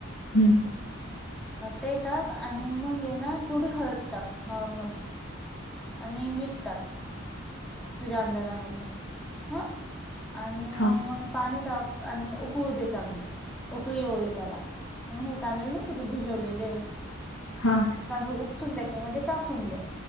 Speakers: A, on the left; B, in the centre.
A: हम्म.
B: ते टाक आणि मग ये ना थोडी हळद टाक नॉर्मल आणि मठ टाक. तुझ्या अंदाजानुसार हा. आणि
A: हा
B: मग पाणी टाक आणि उकळू दे चांग उकळी येऊ दे त्याला मग हे तांदळ नाहीक तू भिजवलेले आहे.
A: हा
B: उपून त्याच्यामध्ये टाकून दे